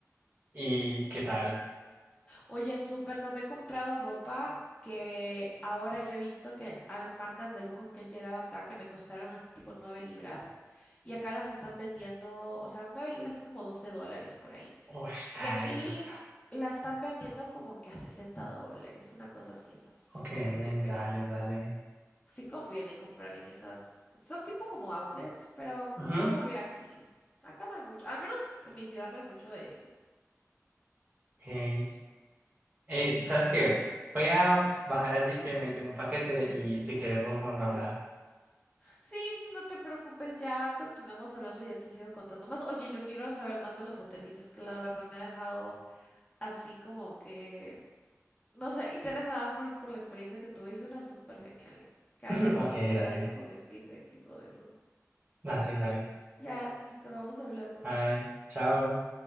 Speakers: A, on the right; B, on the left.
A: ¿Y qué tal?
B: Oye, súper, no me he comprado ropa que ahora yo he visto que hay marcas de lujos que han llegado acá que me costaron así tipo 9 libras y acá las están vendiendo, o sea, 9 libras es como 12 dólares por ahí.
A: Uf,
B: Y
A: dale,
B: aquí
A: eso es-
B: la están vendiendo como que a 60 dólares, una cosa así, o sea, súper
A: Ok,
B: diferencia.
A: dale, dale.
B: Sí conviene comprar en esas, son tipo como outlets, pero
A: Ujú.
B: ojalá hubiera aquí. Acá no hay mucho, al menos en mi ciudad no hay mucho de eso.
A: Ok. Ey, ¿sabes qué? Voy a bajar allí que me llegó un paquete y si quieres volvemos a hablar.
B: Sí, sí, no te preocupes, ya continuamos hablando, ya te sigo contando más. Oye, yo quiero saber más de los satélites, que la verdad me ha dejado así como que, no sé, interesada por, por la experiencia que tuve y suena súper genial. Que habías
A: <laughs> Ok,
B: conocido así
A: dale,
B: a alguien con SpaceX y todo eso.
A: dale, dale.
B: Ya, listo, vamos hablando.
A: Ay, chao.